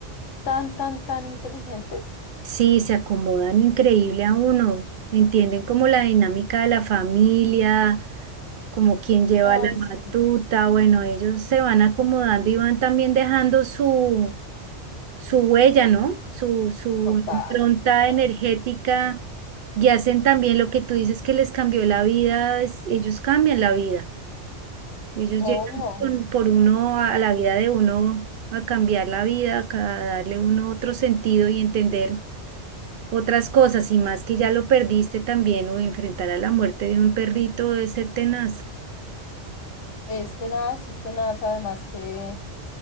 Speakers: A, on the left (about 80°); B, on the right (about 60°).
A: tan, tan, tan inteligentes.
B: sí, se acomodan increíble a uno, entienden como la dinámica de la familia, como quién lleva
A: Ay,
B: la
A: sí,
B: batuta, bueno, ellos se van acomodando y van también dejando su su huella, ¿no? Su, su
A: total,
B: impronta
A: total.
B: energética y hacen también lo que tú dices que les cambió la vida, es- ellos cambian la vida, ellos
A: Obvio.
B: llegan con- por uno a, a la vida de uno a cambiar la vida, a darle uno otro sentido y entender otras cosas y más que ya lo perdiste también o enfrentar a la muerte de un perrito debe ser tenaz.
A: Este tenaz, es tenaz, además que.